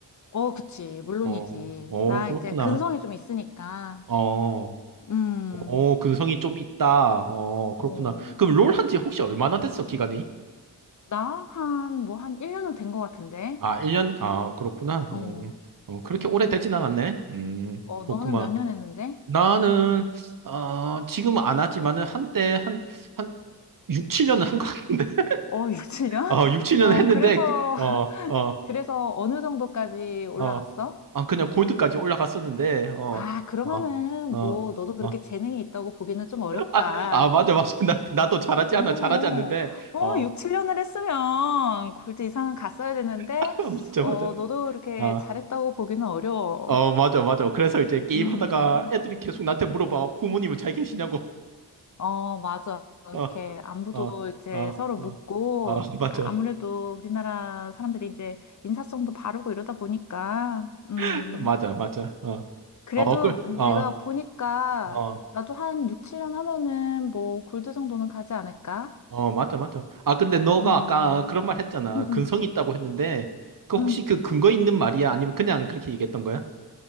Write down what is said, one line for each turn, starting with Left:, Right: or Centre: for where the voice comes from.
Left: 어, 그치. 물론이지.
Right: 어, 어,
Left: 나
Right: 그렇구나.
Left: 이제 근성이 좀 있으니까.
Right: 어.
Left: 음,
Right: 오, 근성이 좀 있다. 어,
Left: 어,
Right: 그렇구나. 그럼 롤 한지 혹시 얼마나 됐어, 기간이?
Left: 나 한, 뭐, 한 1년은 된 것 같은데.
Right: 아, 1년? 아, 그렇구나.
Left: 어,
Right: 어, 어, 그렇게 오래 되진 않았네. 음,
Left: 어,
Right: 그렇구만.
Left: 너는 몇 년 했는데?
Right: 나는, 어, 지금 안 하지만은 한때 한, 한 6, 7년은 한 것 같은데. <laughs>
Left: 어, 6, 7년?
Right: 어,
Left: <laughs>
Right: 6, 7년
Left: 어,
Right: 했는데,
Left: 그래서,
Right: 그,
Left: <laughs>
Right: 어, 어,
Left: 그래서 어느 정도까지 올라갔어?
Right: 어. 아, 그냥 골드까지 올라갔었는데, 어,
Left: 아, 그러면은
Right: 어, 어.
Left: 뭐, 너도 그렇게
Right: 어.
Left: 재능이 있다고 보기는 좀 어렵다.
Right: <laughs> 아, 아, 맞아, 맞아. 나, 나도 잘하지
Left: 어,
Right: 않아. 잘하지 않는데,
Left: 어,
Right: 어,
Left: 6, 7년을 했으면 골드 이상은 갔어야 되는데,
Right: <laughs> 맞아,
Left: 어,
Right: 맞아.
Left: 너도 이렇게
Right: 어.
Left: 잘했다고 보기는 어려워.
Right: 어, 맞아, 맞아. 그래서 이제 게임
Left: 음,
Right: 하다가 애들이 계속 나한테 물어봐. 부모님은 잘 계시냐고.
Left: 어, 맞아.
Right: <laughs>
Left: 그렇게
Right: 어,
Left: 안부도
Right: 어,
Left: 이제
Right: 어,
Left: 서로
Right: 어,
Left: 묻고,
Right: 어, 맞아.
Left: 아무래도 우리나라 사람들이 이제 인사성도 바르고 이러다 보니까, 음,
Right: <laughs> 맞아, 맞아. 어,
Left: 그래도
Right: 어, 그, 어,
Left: 내가 보니까
Right: 어,
Left: 나도 한 6, 7년 하면은 뭐 골드 정도는 가지 않을까?
Right: 어, 맞아, 맞아. 아, 근데 너가
Left: 음,
Right: 아까 그런 말 했잖아.
Left: 음,
Right: 근성이
Left: 음.
Right: 있다고 했는데, 그 혹시
Left: 음.
Right: 그 근거 있는 말이야? 아니면 그냥 그렇게 얘기했던 거야?